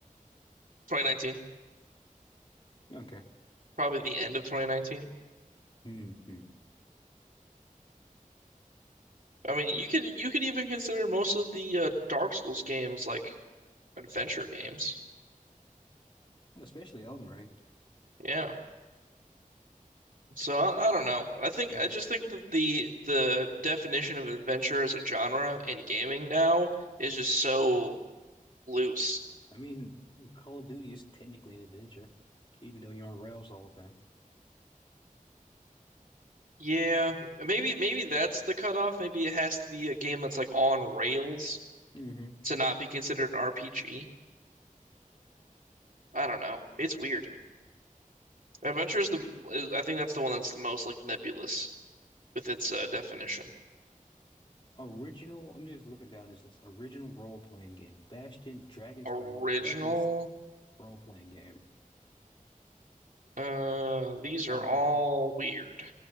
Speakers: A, on the right; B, on the left.
A: 2019,
B: Okay.
A: probably the end of 2019.
B: hmm hmm.
A: I mean, you could you could even consider most of the uh, Dark Souls games like adventure games.
B: Especially Elden Ring.
A: Yeah. So I, I don't know. I think
B: Hmm.
A: I just think that the the definition of adventure as a genre in gaming now is just so loose.
B: I mean, Call of Duty is technically an adventure, even though you're on rails the whole time.
A: Yeah, maybe maybe that's the cutoff. Maybe it has to be a game that's like on rails
B: hmm
A: to not be considered an RPG. I don't know. It's weird. Adventure is the is- I think that's the one that's the most like nebulous with its uh, definition.
B: Original. I'm just looking down this list. Original role playing game: Bastion, Dragon's
A: Original
B: Crown, Dragon's role playing game.
A: Uh, these
B: I
A: are all
B: don't.
A: weird.